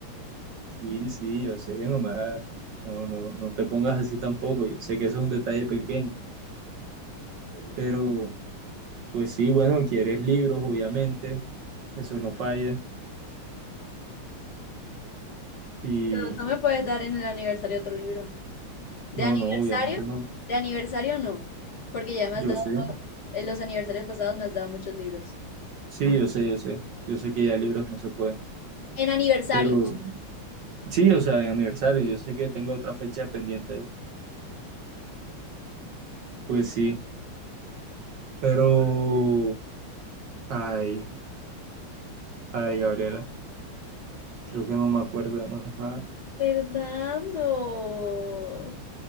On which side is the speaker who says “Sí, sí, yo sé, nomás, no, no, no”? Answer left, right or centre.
Right